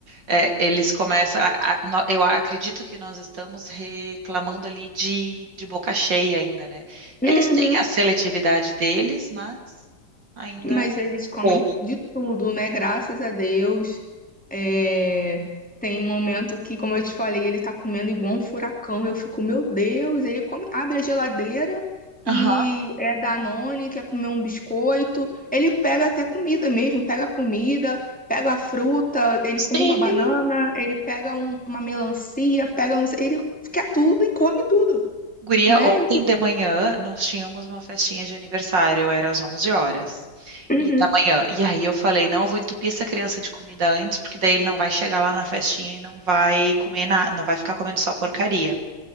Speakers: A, on the right; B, in the centre.
A: é, eles começam. a- a- no- eu acredito que nós estamos reclamando ali de, de boca cheia ainda, né? Eles
B: Uhum.
A: têm a seletividade deles, mas ainda.
B: Mas eles comem
A: Como?
B: de tudo, né? Graças a Deus. É, Tem momento que, como eu te falei, ele tá comendo igual um furacão. Eu fico, meu Deus, ele come... abre a geladeira
A: Aham.
B: e é Danone, quer comer um biscoito. Ele pega até comida mesmo, pega comida, pega fruta, ele
A: Sim,
B: come uma banana, ele pega um- uma melancia, pega não sei, ele quer tudo e come tudo,
A: Guria,
B: né?
A: ontem
B: Eu fico,
A: de manhã nós tínhamos uma festinha de aniversário, era às 11 horas
B: uhum,
A: e da manhã. E aí eu falei, não, eu vou entupir essa criança de comida antes, porque daí ele não vai chegar lá na festinha e não vai comer nada, não vai ficar comendo só porcaria.